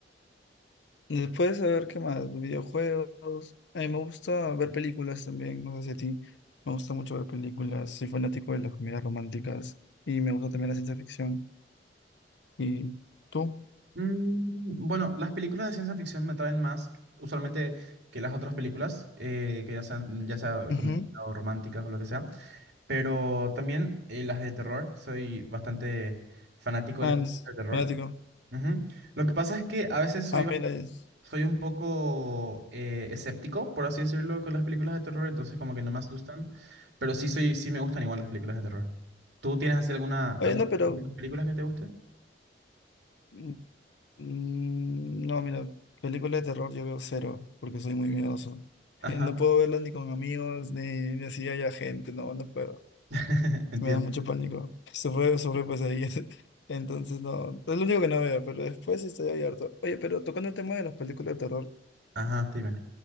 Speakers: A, on the left (about 85°); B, on the right (about 80°).
A: Después, a ver, ¿qué más? Videojuegos. A mí me gusta ver películas también, no sé si a ti. Me gusta mucho ver películas, soy fanático de las comedias románticas y me gusta también la ciencia ficción. ¿Y tú?
B: Mm, bueno, las películas de ciencia ficción me traen más usualmente que las otras películas, eh, que ya sean, ya sea
A: Ujú.
B: comedia o románticas o lo que sea, pero también eh, las de terror, soy bastante fanático
A: Ah,
B: de las películas
A: no,
B: de terror.
A: fanático.
B: Ujú. Lo que pasa es que a veces soy,
A: Ah,
B: ba-
A: mira. es-
B: soy un poco eh, escéptico, por así decirlo, con las películas de terror, entonces como que no me asustan, pero sí soy, sí me gustan igual las películas de terror. ¿Tú tienes así alguna, algunas
A: Oye, no, pero...
B: películas <laughs> que te gusten?
A: mm, mm, No, mira, películas de terror yo veo cero, porque soy muy miedoso. <laughs>
B: Ajá,
A: No puedo verlas ni con amigos, ni, ni así haya gente, no, no puedo.
B: <laughs> entiendo.
A: Me da mucho pánico. Sobre, sobre pesadillas. <laughs> Entonces, no, es lo único que no veo, pero después sí estoy abierto. Oye, pero tocando el tema de las películas de terror,
B: Ajá, dime.